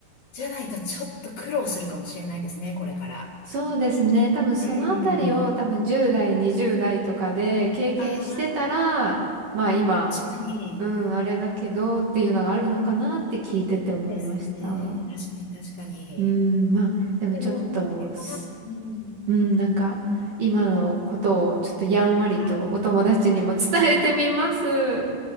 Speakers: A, on the left; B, on the right.
A: じゃないとちょっと苦労するかもしれないですね、これから。
B: そうですね。多分そのあたりを多分10代、
A: うん。
B: 20代とかで経験してたら、
A: ああ、
B: まあ今、
A: 確かに。
B: うん、あれだけどっていうのがあるのかなって聞いてて思いました。
A: そうですね。確かに、確かに。
B: うん、まあでもちょっとす、
A: でも、うん、これから、うん、
B: うん、なんか今のことをちょっとやんわりとお友達にも伝えてみます。
A: はい。